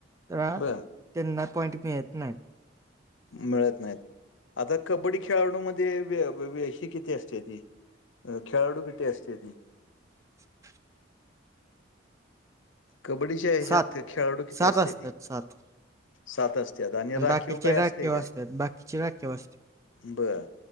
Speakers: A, on the right; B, on the left.
A: तर आ
B: बर
A: त्यांना पॉईंट मिळेत नाहीत.
B: मिळत नाहीत, आता कबड्डी खेळाडूमध्ये वे अ वे हे किती असत्याती? अ खेळाडू कितीे असत्याती?
A: <inaudible>
B: कबड्डीच्या ह्याच्यात
A: सात
B: त खेळाडू किती
A: सात
B: असत्याती?
A: असतात सात
B: सात असत्यात आणि राखीव
A: बाकीचे
B: काय
A: राखीव
B: असते काय?
A: असतात बाकीचे राखीव असतात
B: बरं